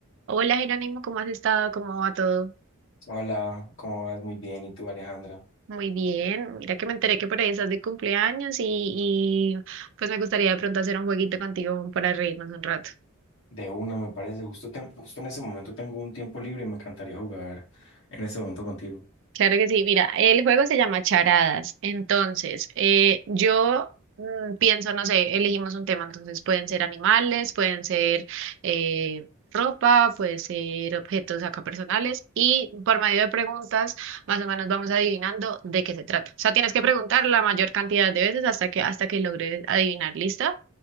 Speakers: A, on the right; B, on the left.
A: Hola Jerónimo, ¿cómo has estado? ¿Cómo va todo?
B: Hola, ¿cómo vas? Muy bien. ¿Y tú, Alejandra?
A: Muy bien. Mira que me enteré que por ahí estás de cumpleaños y, y pues me gustaría de pronto hacer un jueguito contigo para reírnos un rato.
B: De una, me parece. Justo, te- justo en ese momento tengo un tiempo libre y me encantaría jugar en ese momento contigo.
A: Claro que sí. Mira, el juego se llama Charadas. Entonces, eh, yo mm, pienso, no sé, elegimos un tema. Entonces, pueden ser animales, pueden ser eh, ropa, puede ser objetos acá personales. Y por medio de preguntas, más o menos vamos adivinando de qué se trata. O sea, tienes que preguntar la mayor cantidad de veces hasta que, hasta que logres adivinar. ¿Lista?